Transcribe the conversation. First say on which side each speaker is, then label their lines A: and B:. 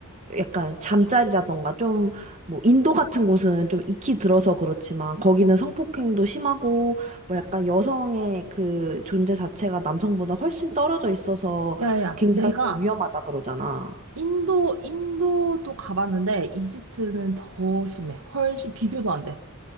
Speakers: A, on the right (about 30°); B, on the right (about 70°).
A: 약간 잠자리라던가 좀 뭐 인도 같은 곳은 좀 익히 들어서 그렇지만 거기는 성폭행도 심하고 뭐 약간 여성의 그 존재 자체가 남성보다 훨씬 떨어져 있어서
B: 야야,
A: 굉장히
B: 내가
A: 좀 위험하다 그러잖아.
B: 인도, 인도도 가봤는데, 이집트는 더 심해. 훨씬, 비교도 안 돼.